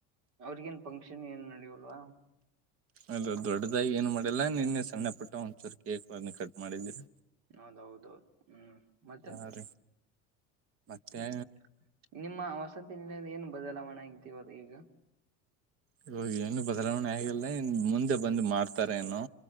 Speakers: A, on the right; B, on the right.
A: ಅವ್ರಿಗ ನ್ ಫಂಕ್ಷನ್ ಏನ್ ನಡೆಯವಲ್ವಾ
B: ಅದ ದೊಡ್ಡದಾಗಿ ಏನು ಮಾಡಲ್ಲಾ ನಿನ್ನೆ ಸಣ್ಣ ಪುಟ್ಟ ಒಂಚೂರು ಕೇಕ್ ಕಟ್ ಮಾಡಿದೀರಿ
A: ಹೌದೌದೌದು ಹ್ಮ್ ಮತ್ತೆ
B: ಹಾ ರೀ ಮತ್ತೆ
A: ಹ್ಮ್ ನಿಮ್ಮ ವಸತಿ ನಿಲದ ಏನು ಬದಲಾವಣೆ ಆಗಿದ್ದವಾಗ ಈಗ
B: ಈವಾಗ್ ಹೆಂಗ್ ಬದಲಾವಣೆ ಹೇಗಿಲ್ಲ ಇನ್ ಮುಂದೆ ಬಂದು ಮಾಡ್ತಾರ ಏನು